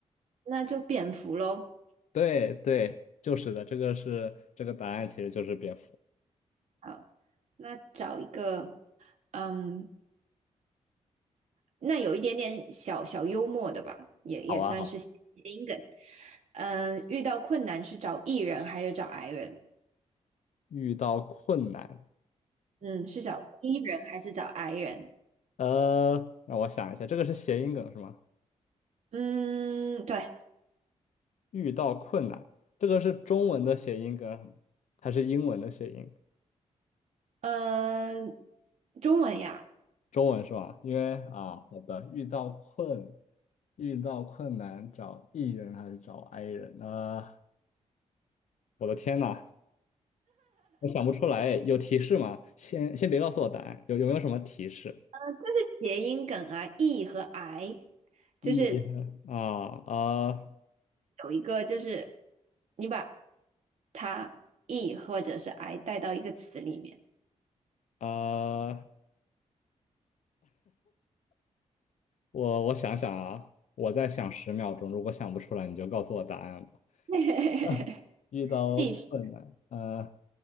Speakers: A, on the right; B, on the left.
A: 那就蝙蝠喽。
B: 对对，就是的，这个是这个答案，其实就是蝙蝠。
A: 好，那找一个，嗯，那有一点点小小幽默的吧，也也算是谐音梗。
B: 好啊，好。
A: 嗯，遇到困难是找 E 人还是找 I 人？
B: 遇到困难。
A: 嗯，是找 E 人还是找 I 人？
B: 呃，让我想一下，这个是谐音梗是吗？
A: 嗯，对，
B: 遇到困难，这个是中文的谐音梗还是英文的谐音梗
A: 嗯，中文呀。
B: 中文是吧？因为啊，好的，遇到困，遇到困难找 E 人还是找 I 人呢？我的天呐，我想不出来有提示吗？先先别告诉我答案，有有没有什么提示
A: 这是谐音梗啊，e 和 i，就是
B: ？E 啊呃
A: 有一个就是你把它 e 或者是 i 带到一个词里面，
B: 呃，我我想想啊，我再想十秒钟，如果想不出来，你就告诉我答案吧。
A: <laughs>
B: <laughs> 遇到困难，
A: 即是
B: 呃，